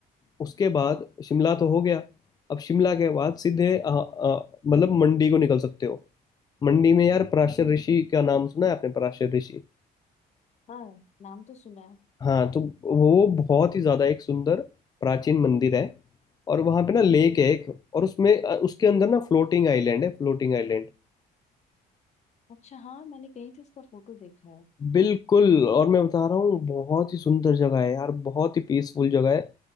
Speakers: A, on the left (about 25°); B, on the left (about 40°).
A: उसके बाद शिमला तो हो गया अब शिमला के बाद सीधे अ, अ, मतलब मंडी को निकल सकते हो मंडी में यार पराशर ऋषि का नाम सुना है आपने पराशर ऋषि
B: हाँ नाम तो सुना है
A: हाँ तो वो बहुत ही ज्यादा एक सुंदर प्राचीन मंदिर है और वहां पे ना लेक है एक और उसमें अ, उसके अंदर ना फ्लोटिंग आइलैंड है फ्लोटिंग आइलैंड
B: अच्छा हाँ मैंने कहीं तो इसका फोटो देखा है
A: बिल्कुल और मैं बता रहा हूँ बहुत ही सुंदर जगह है यार बहुत ही पीसफुल जगह है